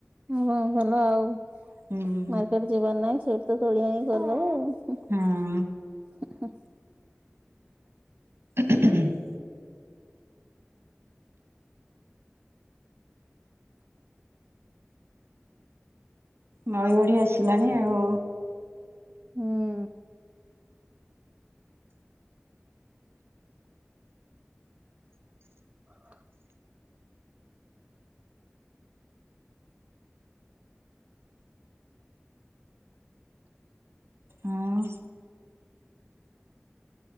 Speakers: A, on the right; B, on the right.
A: ହ ଭଲ ଆଉ ଆଉ
B: ହୁଁ
A: କୁଆଡେ ଯିବାର ନାହିଁ ସେଇଠି ତ ତୋଳି ଆଣି କରିଦେବ ଆଉ ହୁଁ।
B: ହଁ।
A: <inaudible>
B: ହୁଁ <inaudible> ନଈ ବଢି ଆସିଲାଣି ଆଉ।
A: ହୁଁ। <inaudible>
B: ଆଉ